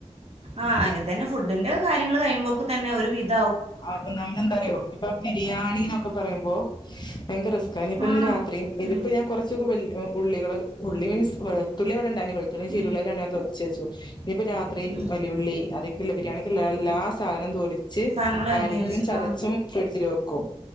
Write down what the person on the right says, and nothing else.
ആഹ് ഇതെന്നെ ഫുഡ്ഡിന്റ കാര്യങ്ങള് കയ്യുമ്പൊക്ക് തന്നെ ഒരുവി -
ആഹ്
ഉം
ഉം
ഉം
സാധനങ്ങൾ അരിഞ്ഞ്
വെച്ച്
ആഹ്